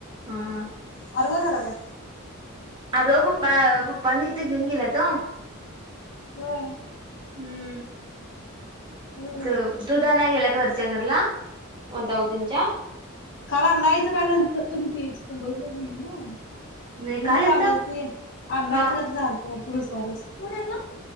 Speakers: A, on the right (about 20°); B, on the left (about 55°).
A: हा.
B: आरव करायलाय
A: आरव पप्पा, पप्पांनी ते घेऊन गेल्यात ओ.
B: होय.
A: हम्म.
B: हम्म
A: द दुध आणाय गेल्यात वरच्या घरला, वताहतींच्य
B: काला अंधायचं काय झालतं, तुम्ही ते कुंबज नाही ना. <inaudible>
A: नाही
B: मम्मी
A: काय
B: सांगालती
A: झालत
B: आण्यच काय
A: हा
B: तर झालतं पत रुस रुस तू का.